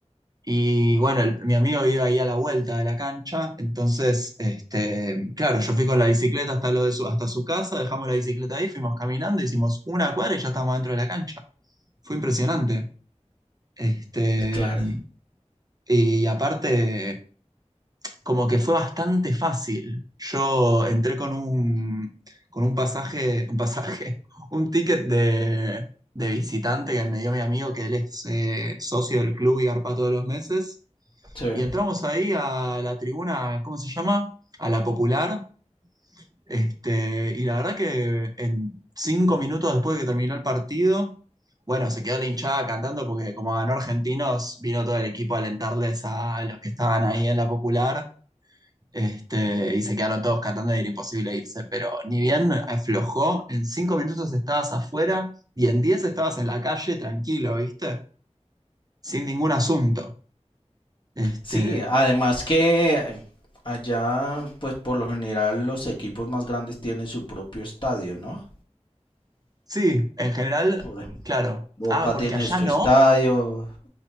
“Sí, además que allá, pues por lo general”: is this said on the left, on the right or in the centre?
Left